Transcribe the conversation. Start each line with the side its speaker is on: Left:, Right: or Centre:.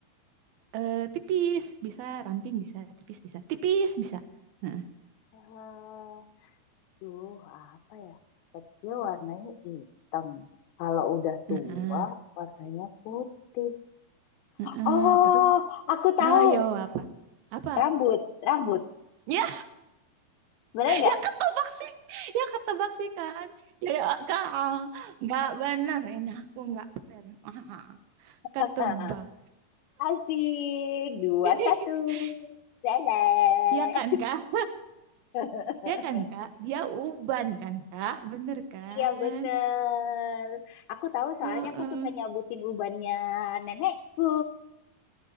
Right: <laughs> eh, tipis, bisa ramping, bisa tipis, bisa tipis, bisa. Nah,
Left: Eh, Duh, apa ya? Kecil warnanya hitam. Kalau udah tua,
Right: heeh,
Left: warnanya putih.
Right: heeh.
Left: Oh,
Right: Terus,
Left: aku tahu.
Right: ayo apa? Apa?
Left: Rambut,
Right: <laughs>
Left: rambut.
Right: Ya,
Left: Bener nggak?
Right: ya ketebak sih, ya ketebak sih kan. Ya, ya kak, nggak bener ini aku nggak fair. <laughs>
Left: <laughs>
Right: Ketebak.
Left: Asik. Dua,
Right: <laughs>
Left: satu. Leleh.
Right: Ya kan kak?
Left: <laughs>
Right: Dia kan Kak, dia uban kan Kak, bener kan?
Left: Iya, bener. Aku tahu soalnya
Right: Heeh.
Left: aku suka nyabutin ubannya nenekku.